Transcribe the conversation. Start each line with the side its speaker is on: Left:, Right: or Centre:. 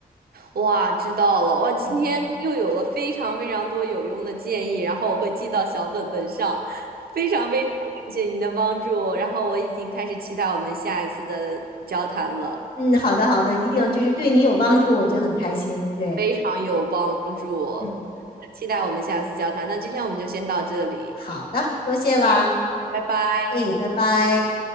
Right: 哇，知道了。哇，今天又有了非常非常多有用的建议，
Left: 嗯
Right: 然后我会记到小本本上。非常非常感谢您的帮助，然后我已经开始期待我们下一次的交谈了，
Left: 嗯，好的好的，一定就是对你有帮助，我就很开心。对，
Right: 非常有帮助，很期待我们下次交谈。
Left: 嗯。
Right: 那今天我们就先到这里，
Left: 好的，多谢啦，
Right: 拜拜。
Left: 哎，拜拜。